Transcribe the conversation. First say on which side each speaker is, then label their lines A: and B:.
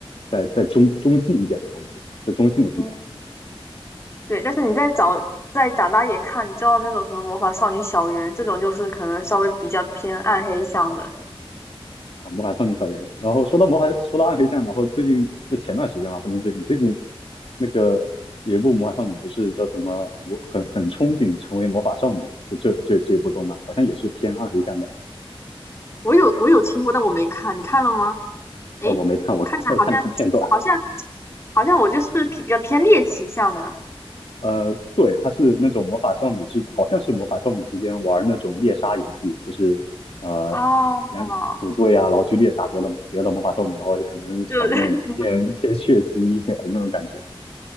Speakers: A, on the left; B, on the left.
A: 在在中中性一点的东西，在中性的地带
B: 嗯。对，但是你再找再长大一点看，你知道那种什么魔法少女小圆这种，就是可能稍微比较偏暗黑向的。
A: 啊，《魔法少女小圆》。然后说到魔法，说到暗黑向，然后最近就前段时间嘛，不能最近，最近那个有一部魔法少女不是叫什么，我很很憧憬成为魔法少女，就这这这一部动漫，好像也是偏暗黑向的。
B: 我有我有听过，但我没看，你看了吗？诶，
A: 呃，我没看，我
B: 看起来好像
A: <laughs> 我看的是片段。
B: 好像好像我就是不是比比较偏猎奇向的？
A: 呃，对，它是那种魔法少女之，好像是魔法少女之间玩那种猎杀游戏，就是呃，
B: 哦，
A: 两组队啊，然后去猎杀别的别的魔法少女，然后就可能场面偏偏血腥一点的那种感觉。
B: 就 <laughs>